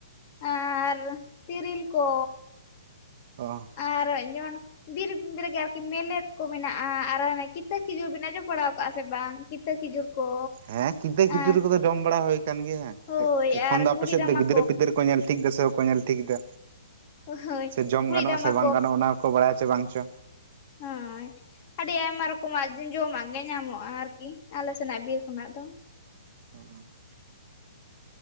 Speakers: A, on the left (about 40°); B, on the right (about 45°).
A: ᱟᱨ ᱛᱤᱨᱤᱞ ᱠᱚ
B: ᱚᱸ᱾
A: ᱟᱨ ᱡᱮᱢᱚᱱ ᱵᱤᱨ ᱨᱮ ᱜᱮ ᱟᱨᱠᱤ ᱢᱮᱞᱮᱫ ᱠᱚ ᱢᱮᱱᱟᱜ-ᱟ᱾ ᱟᱨ ᱦᱟᱱᱮ ᱠᱤᱛᱟᱹ ᱠᱷᱤᱡᱩᱨ ᱵᱤᱱ ᱟᱸᱡᱚᱢ ᱵᱟᱲᱟᱣ ᱠᱟᱜ-ᱟ ᱥᱮ ᱵᱟᱝ? ᱠᱤᱛ ᱠᱤᱛᱟᱹ ᱠᱷᱤᱡᱩᱨ ᱠᱚ
B: ᱦᱮᱸ ᱠᱤᱫᱟᱹ ᱠᱷᱤᱡᱩᱨᱤ
A: ᱮᱸ
B: ᱠᱚᱫᱚ ᱡᱚᱢ ᱵᱟᱲᱟ ᱦᱳᱭ ᱠᱟᱱ ᱜᱮᱭᱟ
A: ᱦᱳᱭ
B: ᱮ ᱮᱠᱷᱚᱱ
A: ᱟᱨ
B: ᱫᱚ ᱟᱯᱮ
A: ᱠᱩᱲᱤᱫ
B: ᱥᱮᱫ
A: ᱨᱟᱢᱟ
B: ᱫᱚ ᱜᱤᱫᱽᱨᱟᱹ-ᱯᱤᱫᱟᱹᱨ ᱠᱚ ᱧᱮᱞ ᱴᱷᱤᱠ ᱫᱟ ᱥᱮ ᱵᱟᱠᱚ ᱧᱮᱞ ᱴᱷᱤᱠ ᱫᱟ?
A: ᱦᱳᱭ
B: ᱥᱮ ᱡᱚᱢ
A: ᱠᱩᱲᱤᱫ
B: ᱜᱟᱱᱚᱜ-ᱟ
A: ᱨᱟᱢᱟ
B: ᱥᱮ ᱵᱟᱝ ᱜᱟᱱᱚᱜ-ᱟ ᱚᱱᱟ ᱦᱚᱸ ᱠᱚ ᱵᱟᱲᱟᱭ ᱪᱚ ᱵᱟᱝ ᱪᱚ?
A: ᱦᱚᱸᱭ᱾ ᱟᱹᱰᱤ ᱟᱭᱢᱟ ᱨᱚᱠᱚᱢᱟᱜ ᱡᱚᱢᱟᱜ ᱜᱮ ᱧᱟᱢᱚᱜ-ᱟ ᱟᱨᱠᱤ ᱟᱞᱮ ᱥᱮᱱᱟᱜ ᱵᱤᱨ ᱠᱷᱚᱱᱟᱜ ᱫᱚ᱾
B: <inaudible>